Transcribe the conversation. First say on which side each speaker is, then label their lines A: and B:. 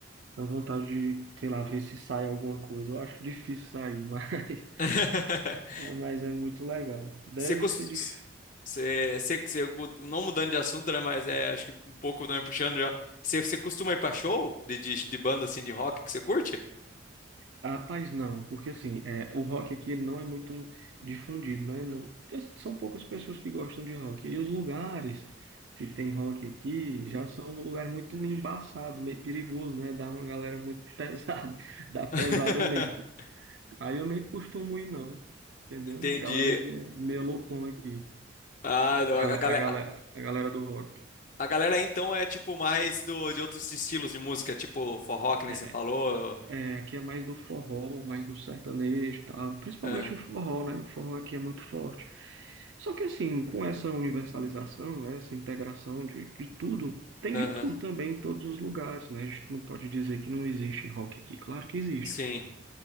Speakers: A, on the right; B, on the left.
A: Tenho vontade de, sei lá, ver se sai alguma coisa. Eu acho difícil sair, mas, <laughs>
B: <laughs>
A: mas é muito legal. Deve
B: Você, cos-
A: ser difícil.
B: você, você, você mu- não mudando de assunto, né? Mas é, acho que um pouco também puxando já. Você, você costuma ir pra show de, de, de banda assim de rock que você curte?
A: Ah, Rapaz, não, porque assim, é, o rock aqui ele não é muito difundido, né? Não, são poucas pessoas que gostam de rock. E os lugares que tem rock aqui já são um lugar muito embaçado, meio perigoso, né? Dá uma galera muito <laughs> pesada, dá pesada
B: <laughs>
A: mesmo. Aí eu nem costumo ir, não, entendeu?
B: Entendi.
A: A galera é meio meio loucona aqui,
B: Ah, não, a,
A: a
B: a,
A: galera,
B: gale-
A: a galera a galera do rock.
B: a galera aí, então é tipo mais do, de outros estilos de música, tipo forró, que nem
A: É,
B: você falou.
A: É, aqui é mais do forró, mais do sertanejo, e tal. Principalmente
B: Ah,
A: o forró, né? O forró aqui é muito forte. Só que assim, com essa universalização, né? Essa integração de, de tudo, tem
B: Aham,
A: de tudo também em todos os lugares, né? A gente não pode dizer que não existe rock aqui. Claro que existe.
B: sim. <laughs>